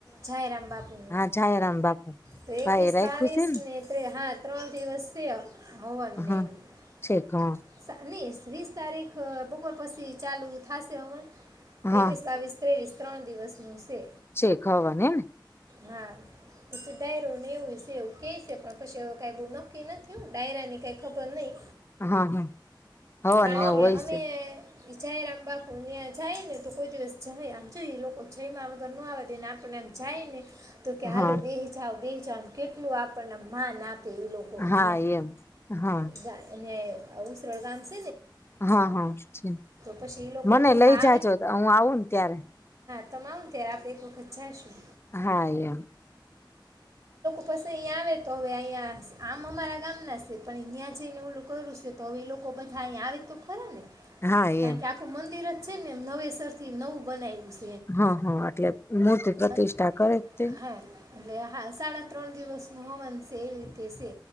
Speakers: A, on the right; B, on the left.
A: જાયરામ બાપુની
B: હા જાય રામ બાપુ
A: તો એકવીસ
B: ભાઈ રાખ્યું
A: બાવીસ
B: છે
A: ને ત્રે હા ત્રણ દિવસ છે. હવન ને
B: હા
A: એવું
B: છેક હા
A: સા ની વીસ તારીખ બપોર પસી ચાલુ થાશે હવન
B: હા
A: એકવીસ બાવીસ ત્રેવીસ ત્રણ દિવસનું સે.
B: છેક હવન હે ને
A: હા પછી ડાયરો ને એવું હશે એવું કેય છે પણ પસી એવું કઈ બહુ નક્કી નથી થયુ ડાયરાની કઈ ખબર નહી
B: હા હા હવનને
A: કારણ
B: એવું
A: કે
B: હોય
A: અમે
B: છે
A: ઈ જાયરામ બાપુ, ન્યા જાય ને તો કોઈ દિવસ જઇ, આમ જો એ લોકો જઈમાં વગર ન આવવા દે ને, આપણને આમ જાય ને તો કે હાલો
B: હા
A: બેહી જાઓ બેન. આમ કેટલું આપણને માન આપ પે ઈ લોકો
B: હા
A: ન્યાં.
B: એમ હા
A: <unintelligible> આ ઉસરળ ગામ સ
B: હા, હા છેન.
A: પછી એ લોકો
B: મને
A: બધા
B: લઈ જાજો હું આવું ને ત્યારે.
A: તમ આવો ને ત્યારે આપડે એક વખત જાશું.
B: હા એમ.
A: પશી અહીંયા આવે તો હવે અહીંયા આમ અમારા ગામના સે, પણ ઈ ન્યા જઈને એવું ઓલું કર્યું સે, તો હવે ઈ લોકો બધા આયા આવે તો ખરા ને.
B: હા
A: કાઈક
B: એમ
A: આખું મંદિર જ છે ને એમ નવેસર થી નવું બનાઇવુ સ
B: હા, હા એટલે મૂર્તિ પ્રતિષ્ઠા
A: અન-
B: કરે તે
A: હા. એટલે હા સાડા ત્ર તણ દિવસનો હવન સે ઈ રીતે સે.